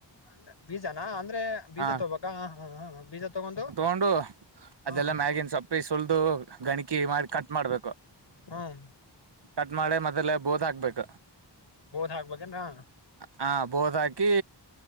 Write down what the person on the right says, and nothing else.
ಹಾ
ಒಂಡು ಅದೆಲ್ಲಾ
ಮ್ಯಾಗಿನ್ ಸೊಪ್ಪಿ ಸುಲ್ದು ಗಣಕಿ ಮಾಡಿ ಕಟ್ ಮಾಡ್ಬೇಕು.
ಕಟ್ ಮಾಡಿ ಮೊದಲ ಬೋದ್ ಹಾಕ್ಬೇಕ.
ಹ ಬೋದ್ ಹಾಕಿ